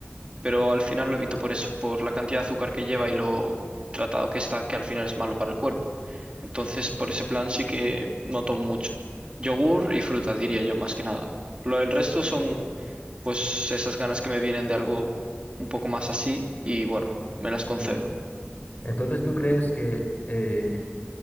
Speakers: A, on the right; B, on the left.
A: pero al final lo evito por eso, por la cantidad de azúcar que lleva y lo tratado que está, que al final es malo para el cuerpo. Entonces, por ese plan sí que no tomo mucho. Yogur y fruta, diría yo, más que nada. Lo del resto son pues esas ganas que me vienen de algo un poco más así y bueno, me las concedo.
B: Mm. Entonces, ¿tú crees que eh,